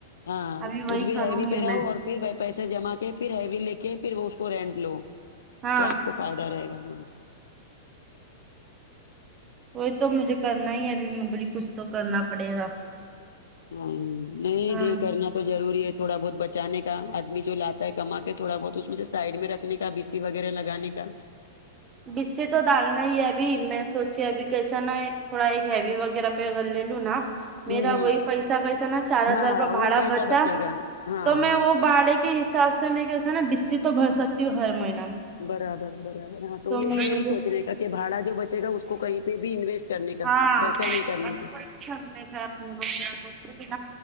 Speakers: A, on the left (about 80°); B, on the right (about 30°).
A: ہاں
B: ابھی
A: خود
B: وہی
A: بھی
B: کروں
A: ہیوی
B: گی
A: پہ رہو
B: میں
A: اور پھر بھائی پیسے جمع کے پھر ہیوی لے کے پھر وہ اس کو رینٹ لو
B: ہاں
A: تو آپ کو فائدہ رہے گا ہاں
B: وہ تو مجھے کرنا ہی ہے ابھی میں بولی کچھ تو کرنا پڑے گا
A: ہاں نہیں
B: ہاں
A: دیہ یہ کرنا تو ضوری ہے تھوڑا بہت بچانے کا آدمی جو لاتا ہے کما کے تھوڑا بہت اس میں سے سائڈ میں رکھنے کا بھی وغیرہ لگانے کا
B: بیسے تو ڈالنا ہی ہے ابھی میں سوچے ابھی کیسا نا ہے تھوڑا ایک ہیوی وغیرہ پیور لے لو نا
A: ہوں
B: میرا
A: ہوں
B: وہی پیسا کیسا نا چار ہزار
A: ہاں
B: روپ
A: وہ
B: بھاڑا
A: پیسہ
B: بچا
A: بچے گا ہاں
B: تو میں وہ بھاڑے کے کے حساب سے میں کیسا نا بسی تو بھر سکتی ہوں ہر ماہی
A: برابر برابر ہاں تو یہی
B: میں
A: یہی
B: بولی
A: سوچنے کا کہ بھاڑا جو بچے گا اس کو کہیں پہ بھی انویسٹ کرنے کا
B: ہاں
A: خرچہ
B: بس
A: نہیں کرنے کا
B: تھوڑی سی ہم نے